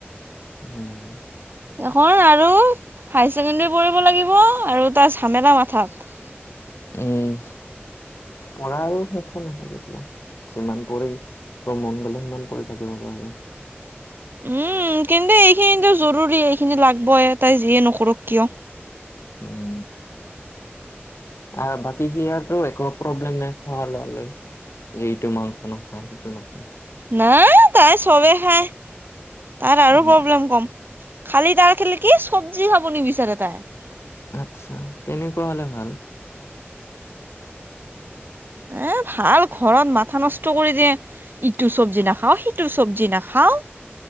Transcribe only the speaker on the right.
এখন আৰু হাই ছেকেণ্ডৰী পঢ়িব লাগিব আৰু তাৰ ঝামেলা মাথাত
উম কিন্তু এইখিনিতো জৰুৰী এইখিনি লাগবই তাই যিয়ে নকৰক কিয়
ন তাই চবে খ তাত আৰু
প্ৰব্লেম কম খালি তাৰ খেলে কি চব্জি খাব নিবিচাৰে তাই
এ ভাল ঘৰত মাথা নষ্ট কৰি যে ইটো চব্জি নাখাও সিটো চব্জি নাখাও